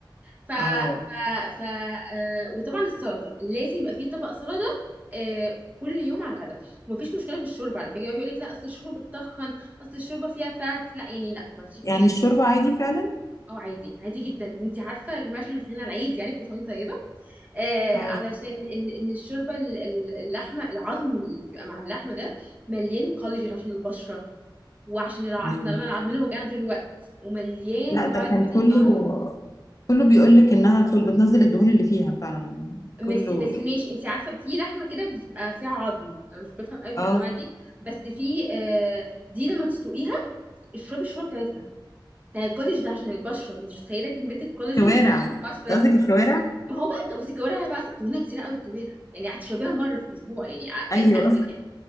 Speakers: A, on the right; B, on the left.
A: ف ف
B: اه
A: ف آه وطبعا السلطة لازم يبقى فيه طبق سلطة آه كل يوم على الغدا ومفيش مشكلة في الشوربة على فكرة يقعد يقول لك لا اصل الشوربة بتتخن اصل الشوربة فيها فات لا يعني لا مفيش الكلام
B: يعني
A: ده
B: الشوربه عادي فعلا
A: اه عادي عادي جدا انت عارفه يا جماعه احنا داخلين على العيد يعني كل سنه وانت طيبه آه
B: اه
A: علشان ان ان الشوربه ال- ال- اللحمه العظم اللي بيبقى مع اللحمه ده مليان كولاجين عشان البشره وعشان الع...
B: مم.
A: احنا دايما عظمنا وجعنا طول الوقت ومليان
B: لا ده
A: فيتامينز
B: كان كله
A: عشان العظم
B: كله بيقول لك انها كل بتنزل الدهون اللي فيها فعلا
A: بس
B: كله
A: بس ماشي انت عارفه في لحمه كده بتبقى فيها عظم انا مش بفهم قوي في
B: اه
A: الانواع دي بس في آه دي لما تسلقيها اشربي الشوربه بتاعتها بتاع الكولاج ده عشان البشره انت مش متخيله كميه الكولاجين
B: كوارع
A: بتاعت البشره
B: أنت قصدك الكوارع
A: ما هو بقى ك- بس الكوارع أنا بقى دهونها كتير قوي الكوارع يعني هتشربيها مره في الاسبوع يعني ع- يعني
B: ايوه
A: اخرك يعني